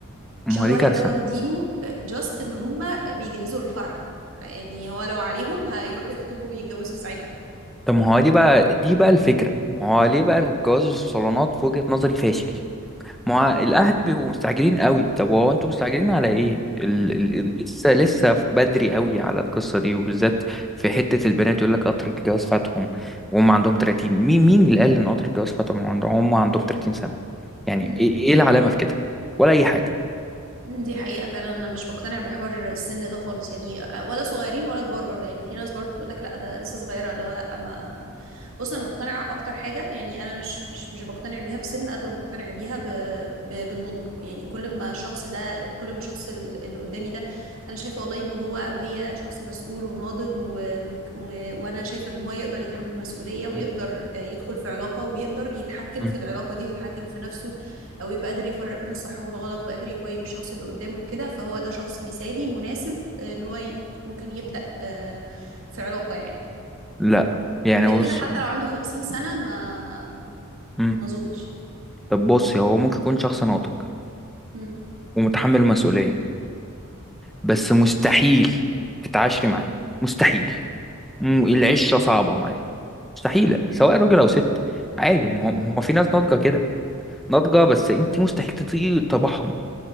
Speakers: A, in the centre; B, on the right.
A: ما
B: شهر
A: هو دي
B: واحد
A: كارثة
B: ده واخدينه جاست ان هم بيجهزوا للفرح يعني هو لو عليهم هيروحوا يخطبوا ويتجوزوا في ساعتها
A: طب ما هو دي بقى دي بقى الفكرة ما هو ليه بقى الجواز الصالونات في وجهة نظري فاشل ما
B: مم.
A: هو الأهل بيبقوا مستعجلين قوي طب هو أنتوا مستعجلين على إيه ال ال ال- لسه لسه بدري قوي على القصة دي وبالذات في حتة البنات يقول لك قطر الجواز فاتهم وهم عندهم 30 مين مين اللي قال إن قطر الجواز فاتهم عندهم هم عندهم 30 سنة يعني
B: مم.
A: إيه إيه العلامة في كده ولا أي حاجة
B: دي حقيقة فعلا أنا مش بقتنع بحوار السن ده خالص يعني ولا صغيرين ولا كبار برضه يعني في ناس برضه تقول لك لا ده لسه صغيرة اللي هو لا ما بص أنا مقتنعة أكتر حاجة يعني أنا مش مش مش بقتنع بيها بسن قد ما مقتنع بيها ب... ب... بالنضج يعني كل ما الشخص ده كل ما الشخص ال- اللي قدامي ده أنا شايفة والله إن هو أو هي شخص مسؤول وناضج و... و... و... وأنا شايفة إن هو يقدر يتحمل مسؤولية ويقدر
A: مم.
B: آه، يدخل في علاقة ويقدر يتحكم
A: مم.
B: في العلاقة دي ويتحكم في نفسه او يبقى قادر يفرق بين الصح والغلط وقادر يقيم الشخص اللي قدامه كده فهو ده شخص مثالي مناسب آه، ان هو ي- ممكن يبدأ آه، في علاقة يعني
A: لا يعني
B: غير
A: بص
B: كده حتى لو عنده خمسين سنة ما
A: مم.
B: ما اظنش يعني.
A: طب بصي هو ممكن يكون شخص ناضج
B: مم.
A: ومتحمل المسؤولية بس مستحيل تتعاشري
B: مم.
A: معاه مستحيل مم، العشرة صعبة معاه مستحيلة سواء
B: مم.
A: راجل أو ست عادي ما
B: مم.
A: هم هم في ناس ناضجة كده ناضجة بس أنت مستحيل تطيقي طبعهم